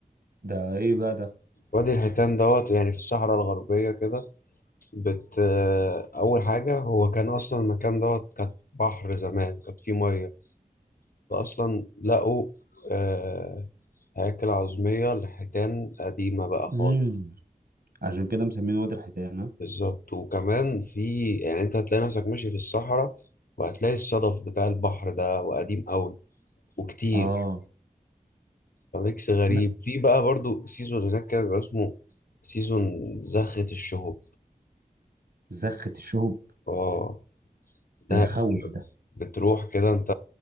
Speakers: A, on the right; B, on the left.
A: ده ايه بقى ده
B: وادي الحيتان دوت يعني في الصحراء الغربية كده بت أول حاجة هو كان أصلا المكان دوت كانت بحر زمان كانت فيه مية فأصلا لقوا آه، هياكل عظمية لحيتان قديمة بقى خالص
A: امم عشان كده مسمينه وادي الحيتان ها؟
B: بالظبط وكمان في يعني أنت هتلاقي نفسك ماشي في الصحراء وهتلاقي الصدف بتاع البحر ده وقديم أوي وكتير
A: اه
B: فميكس غريب
A: لا
B: في بقى برضو سيزون هناك كده بيبقى اسمه سيزون زخة الشهب
A: زخة الشهب
B: اه ده
A: ده يخوف ده
B: بتروح كده انت